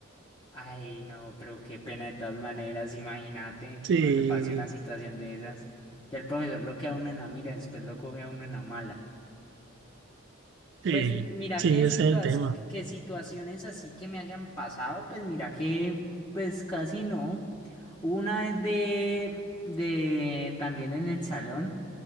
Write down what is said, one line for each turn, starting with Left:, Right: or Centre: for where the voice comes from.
Left: Ay, no, pero qué pena de todas maneras, imagínate que
Right: Sí,
Left: uno le pase una situación de esas. Y el profesor lo que a uno en la mira, después lo coge a uno en la mala.
Right: sí,
Left: Pues mira
Right: sí,
Left: qué
Right: ese
Left: situas-
Right: es el tema.
Left: qué situaciones así que me hayan pasado, pues mira que pues casi no. Hubo Una vez de, de también en el salón.